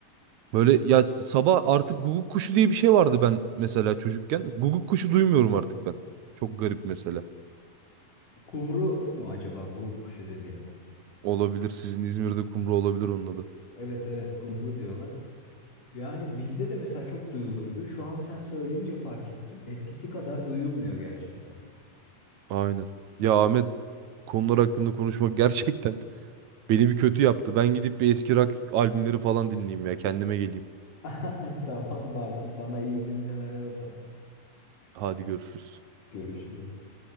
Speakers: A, on the right (about 70°); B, on the left (about 65°).
A: Böyle ya sabah artık guguk kuşu diye bir şey vardı ben mesela çocukken. Guguk kuşu duymuyorum artık ben. Çok garip mesela.
B: Kumru mu acaba gu kuşu dediğin?
A: Olabilir sizin İzmir'de kumru olabilir onun adı.
B: Evet evet kumru diyorlar. Yani bizde de mesela çok duyulurdu. Şu an sen söyleyince fark ettim. Eskisi kadar duyulmuyor gerçekten.
A: Aynen. Ya Ahmet bu konular hakkında konuşmak <laughs> gerçekten Beni bir kötü yaptı. Ben gidip bir eski rock albümleri falan dinleyeyim ya. Kendime geleyim.
B: <laughs> Tamam Bartu sana iyi dinlemeler o zaman.
A: Hadi görüşürüz.
B: Görüşürüz.